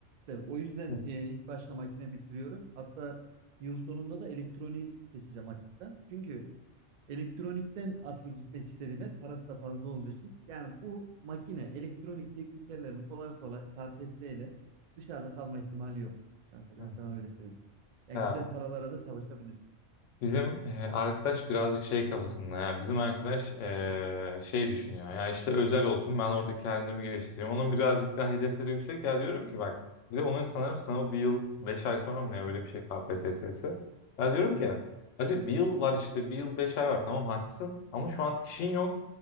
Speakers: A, on the right (about 70°); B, on the left (about 75°).
A: Tabii, o yüzden
B: Hı.
A: e, ilk başta makine bitiriyorum. Hatta yıl sonunda da elektroniği seçeceğim açıktan. Çünkü Elektronikten asıl gitmek istediğim yer parası da fazla olduğu için. Yani bu makine elektronik teknikerlerin kolay kolay KPSS ile dışarıda kalma ihtimali yok. Kanka ben
B: Hı.
A: sana öyle söyleyeyim. Yani
B: Ya
A: güzel paralara da çalışabilirsin.
B: Bizim e, arkadaş birazcık şey kafasında ya bizim arkadaş e, şey düşünüyor ya işte özel olsun ben orada kendimi geliştireyim onun birazcık daha hedefleri yüksek ya diyorum ki bak bir de onların sanırım sınavı bir yıl beş ay sonra mı ne öyle bir şey KPSS'si ya diyorum ki acı bir yıl var işte bir yıl beş ay var tamam haklısın ama şu an işin yok